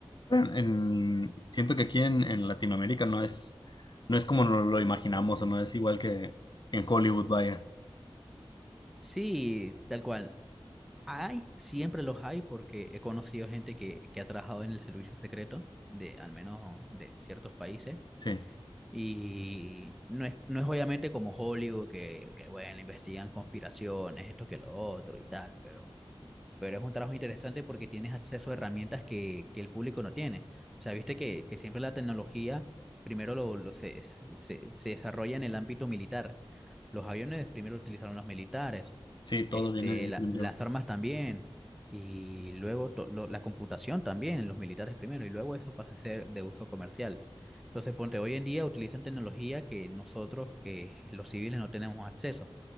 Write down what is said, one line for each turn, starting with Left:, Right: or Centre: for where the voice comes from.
Left: Bueno, en- siento que aquí en, en Latinoamérica no es, no es como nos lo imaginamos o no es igual que, que en Hollywood, vaya.
Centre: Sí, tal cual. Hay, siempre los hay porque he conocido gente que, que ha trabajado en el servicio secreto de al menos de ciertos países.
Left: Sí,
Centre: Y no es, no es obviamente como Hollywood que, que bueno, investigan conspiraciones, esto que lo otro y tal, pero pero es un trabajo interesante porque tienes acceso a herramientas que, que el público no tiene. O sea, viste que, que siempre la tecnología primero lo, lo se, se, se desarrolla en el ámbito militar. Los aviones primero utilizaron los militares,
Left: sí, todo
Centre: este,
Left: viene de ahí
Centre: la-
Left: primero.
Centre: las armas también, y luego to- lo- la computación también, los militares primero, y luego eso pasa a ser de uso comercial. Entonces, ponte, hoy en día utilizan tecnología que nosotros, que los civiles, no tenemos acceso,